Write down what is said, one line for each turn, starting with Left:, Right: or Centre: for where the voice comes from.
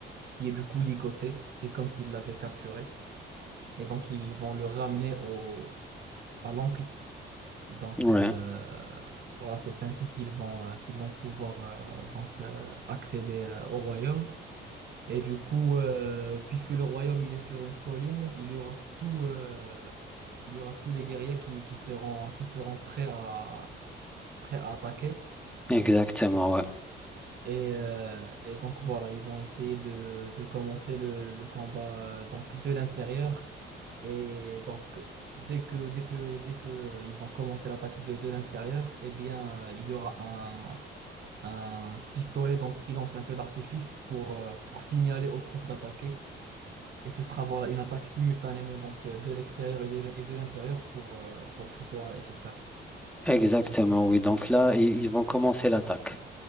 Right: qui est du coup ligoté. C'est comme s'il l'avait capturé. Et donc, ils vont le ramener au, à l'oncle. Donc,
Centre: oui,
Right: euh, voilà, c'est ainsi qu'ils vont, euh, qu'ils vont pouvoir euh, donc, euh, accéder euh, au royaume. Et du coup, euh, puisque le royaume, il est sur une colline, il y aura tout, euh, il y aura tous les guerriers qui, qui seront, qui seront prêts à, prêts à attaquer.
Centre: exactement. Ouais.
Right: Et, euh, et donc voilà, ils vont essayer de, de commencer le, le combat euh, donc de l'intérieur. Et donc, dès que, dès que, dès que euh, ils vont commencer l'attaque de, de l'intérieur, eh bien, euh, il y aura un, un pistolet donc, qui lance un feu d'artifice pour, euh, pour signaler aux troupes d'attaquer. Et ce sera voilà, une attaque simultanément donc, euh, de l'extérieur et de, et de l'intérieur pour, euh, pour que ce soit efficace.
Centre: Exactement, oui. Donc là, i- ils vont commencer l'attaque.